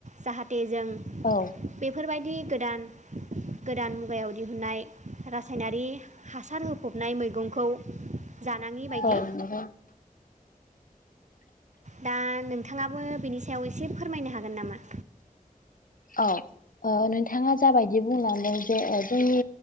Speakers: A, on the right (about 55°); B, on the left (about 70°).
A: जाहाथे जों
B: औ
A: बेफोरबायदि गोदान गोदान मुगायाव दिहुनन्नाय रासायनारि हासार होफबनाय मैगंखौ जानाङि बायदि
B: औ नोंथां
A: दा नोंथाङाबो बेनि सायाव एसे फोरमायनो हागोन नामा
B: औ ओ नोंथाङा जाबायदि बुंलांदों जे जोंनि